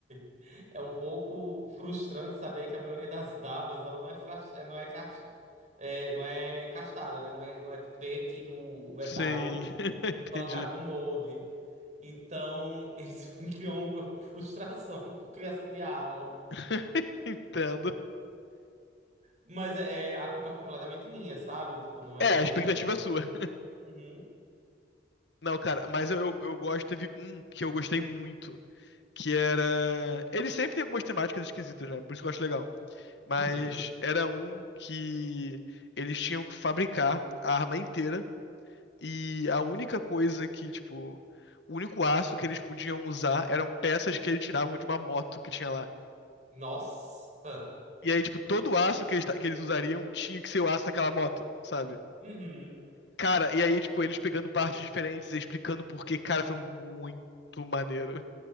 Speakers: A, on the right; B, on the left.
A: <laughs> é um pouco frustrante saber que a maioria das armas, ela não é, fras- é, não é, cas- é, não é castada, né? Não é, não é tipo, derretido o o metal,
B: sim, <laughs>
A: colocado
B: entendi.
A: no molde. Então, <laughs> isso me criou um pouco de frustração <laughs> com criação de arma.
B: <laughs> Entendo.
A: Mas é, é- a culpa é completamente minha, sabe? Tipo, não é.
B: É, a expectativa é sua.
A: Uhum.
B: <laughs> Não, cara, mas eu, eu eu gosto, teve um que eu gostei muito, que era... Ele sempre tem algumas temáticas esquisitas, né? Por isso que eu acho legal. mas
A: Uhum.
B: era um que eles tinham que fabricar a arma inteira e a única coisa que, tipo, o único aço que eles podiam usar eram peças que eles tiravam de uma moto que tinha lá.
A: Nossa!
B: E aí, tipo, todo o aço que eles, ta- que eles usariam tinha que ser o aço daquela moto, sabe?
A: Uhum.
B: Cara, e aí, tipo, eles pegando partes diferentes e explicando por quê, cara, foi muito maneiro.